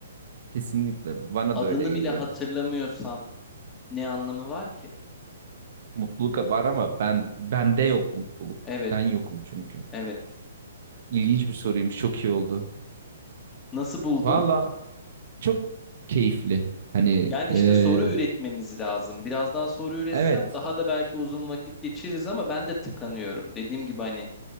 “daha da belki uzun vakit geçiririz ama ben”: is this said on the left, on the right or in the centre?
Left